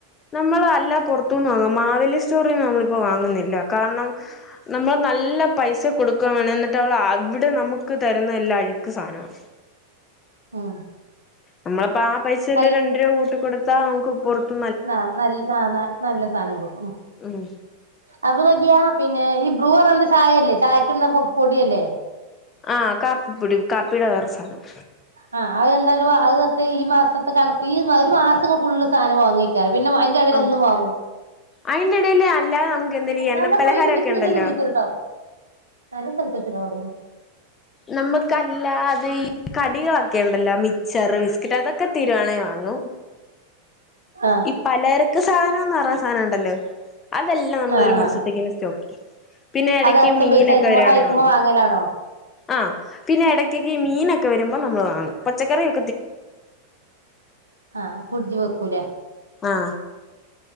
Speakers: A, on the left; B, on the right.
A: നമ്മൾ അല്ല പുറത്തുനിന്ന് വാങ്ങാം മാവേലി സ്റ്റോറിൽന്ന് നമ്മളിപ്പോ വാങ്ങുന്നില്ല കാരണം നമ്മൾ നല്ല പൈസ കൊടുക്കൻ വേണം എന്നിട്ട് അവള് അവിടെ നമുക്ക് തരുന്ന എല്ലാ അഴുക്ക് സാധനമാണ്
B: ഉം
A: നമ്മളപ്പോ ആ പൈസയില്
B: അൽ
A: രണ്ട രൂപ കൂട്ടികൊടുത്ത് പകുപ്പുരുത്
B: ആ ന ആ നല്ല സാധനം കിട്ടും
A: ഉം
B: അപ്പൊ നോക്കിയാ പിന്നെ ഈ ബ്രൂപറയാണ ചായയല്ലേ ചായക്കിടുന്നൊ പൊടിയല്ലേ
A: ആഹ് കാപ്പിപ്പൊടി കാപ്പീടെ വേറെ സാധനം
B: ആ അ വെന്തായാലും അത്തെ ഈ മാസത്തെ ണ് ഈ ഒരു മാസങ്ങള് ഫുള് സാധനം വാങ്ങിക്കാർ പിന്നെ അയിന്റെ ഇടയിൽ
A: ആഹ്
B: ഒന്നും വാങ്ങൂല്ല
A: അയിന്റെ ഇടയിൽ അല്ലാതെ നമുക്ക് എന്തേലും ഈ എണ്ണപ്പലഹാരമൊക്കെ
B: നല്ലയിട്ട് വിമല്ല
A: ഉണ്ടല്ലോ
B: കുഴിച്ച കേട്ടോ നല്ല സന്തോഷട്ടോ അവിടെ
A: നമ്മക്കാല്ലാ- ല്ലത് ഈ കടികൾ ക്കണ്ടല്ലോ മിച്ചാർ ബിസ്ക്കറ്റ് അതൊക്കെ തീരുവാണെ വാങ്ങൂ
B: ആ
A: ഈ പലർ- ക്ക്‌ സാധനം എന്ന് പറന്നാ സാധനം ഉണ്ടല്ലോ അതല്ലാം നമ്മൾ
B: ആ
A: ഒരു മാസത്തേക്കെഅങ്ങ്
B: ആ
A: സ്റ്റോക്ക് ചെയ്യും പിന്നെ ഇടക്ക്
B: അത് അച്ഛൻ
A: മീനൊക്കെ
B: പൈസ അയക്കുമ്പോ
A: വരുവാണെങ്കിൽ
B: അയക്കുമ്പോ വാങ്ങലാണോ
A: ആ പിന്നെ ഇടക്കൊക്കെ ഈ മീനൊ രുമ്പോ നമ്മൾ വാങ്ങും പച്ചക്കറിയൊ
B: ആആ ഫ്രിഡ്ജി വെക്കൂലേ
A: ആ